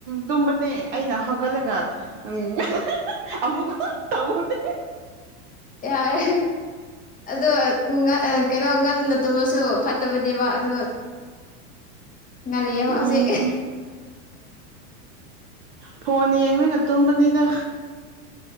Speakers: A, on the right; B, on the left.
A: ꯇꯨꯝꯕꯅꯦ ꯑꯩꯅ ꯍꯧꯒꯠꯂꯒ ꯎꯝ ꯑꯃꯨꯛ ꯇꯧꯕꯅꯦ
B: ꯌꯥꯔꯦ ꯑꯗꯣ ꯀꯩꯅꯣ ꯉꯟꯅ ꯇꯨꯝꯃꯁꯨ ꯐꯠꯇꯕꯅꯦꯕ ꯑꯗꯨ ꯉꯂꯤꯂꯤꯌꯥꯕꯁꯦ
A: ꯎꯝ ꯐꯣꯟ ꯌꯦꯡꯒ ꯇꯨꯝꯕꯅꯤꯗ